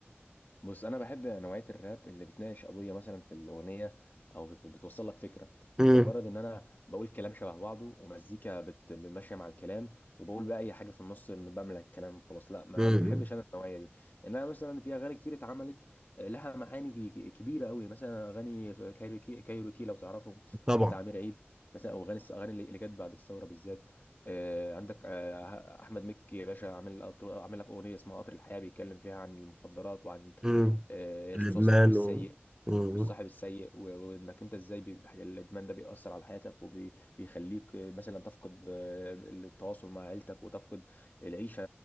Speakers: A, on the left; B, on the right.
A: بص انا بحب نوعيه الراب اللي بتناقش قضيه مثلا في الاغنيه او بت- بتوصل لك فكره مش
B: امم
A: مجرد ان انا بقول كلام شبه بعضه ومزيكا بت- ماشيه مع الكلام وبقول بقى اي حاجه في النص بملى الكلام وخلاص لا ما
B: امم
A: ما بحبش انا النوعيه دي انما مثلا في اغاني كتير اتعملت آه، لها معاني ك- ك- كبيره قوي مثلا اغاني في كايروكي كايروكي لو تعرفهم
B: طبعا
A: بتاع امير عيد مثلا او اغاني الاغاني اللي اللي جت بعد الثوره بالذات آه، عندك آه، احمد مكي يا باشا عامل عامل لك اغنيه اسمها قطر الحياه بيتكلم فيها عن المخدرات وعن
B: امم
A: آه، الصاحب
B: لبنان
A: السيء
B: و مم.
A: والصاحب السيء و- وانك انت ازاي بيبقى الادمان ده بيأثر على حياتك وبيخليك مثلا تفقد آه، التواصل مع عيلتك وتفقد العيشة